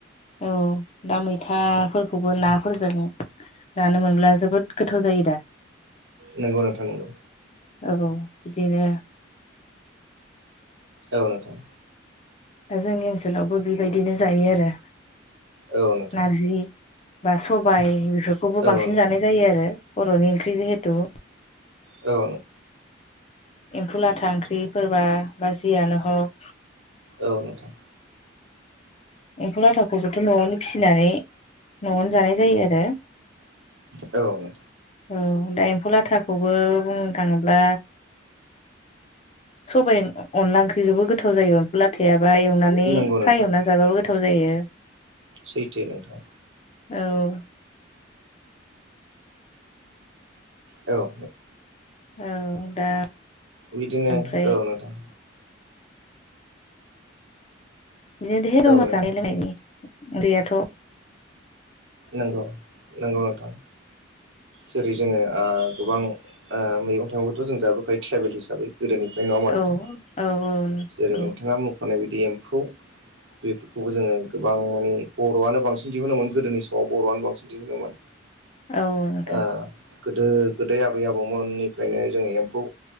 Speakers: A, on the left (about 35°); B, on the right (about 75°).
A: औ दा मैथाफोरखौबो नाफोरजों जानो मोनब्ला जोबोद गोथाव जायो दा?
B: नोंगौ नोंथां नोंगौ।
A: औ बिदिनो
B: औ नोंथां
A: दा जोंनि ओनसोलावबो बेबायदिनो जायो आरो
B: औ नोंथां।
A: नारजि बा सबाय बेफोरखौबो बांसिन
B: औ नोंथां
A: जानाय जायो आरो बर'नि ओंख्रि जिहेथु
B: औ
A: एम्फौ लाथा ओंख्रिफोरबा बा जियानो हक
B: औ नोंथां
A: एम्फौ लाथाखौबोथ' न'आवनो फिसिनानै न'आवनो जानाय जायो आरो
B: औ
A: औ दा एम्फौ लाथाखौबो बुंनो थाङोब्ला सबाइ अनला ओंख्रिजोंबो गोथाव जायो अनफु लाथाया माबा एवनानै
B: नंगौ नोंथां
A: फ्राय एवना जाबाबो गोथाव जायो।
B: सैथो नोंथां।
A: औ
B: औ
A: औ दा
B: बिदिनो
A: ओमफ्राय
B: औ नोंथां।
A: <unintelligible> दङ
B: औ
A: जानाय
B: नोंथां
A: लोंनायनि उन्दैयाथ'
B: नंगौ नंगौ नोंथां। जेरै जोङो गोबां मैगं थाइगंखौथ' जों जाबोबखायो ट्राइबेल हिसाबै गोदोनिफ्राय नङा मा
A: औ
B: नोंथां
A: औ नंगौ
B: जेरै नोंथाङा मुख माने बिदि एम्फौ बेफोरखौबो जोङो गोबां माने बर'आनो बांसिन दिहुनोमोन गोदोनि स माव बर'आनो बांसिन दिहुनोमोन।
A: औ नोंथां।
B: ओ गोदो गोदाय आबै आबौमोननिफ्रायनो जोङो एम्फौ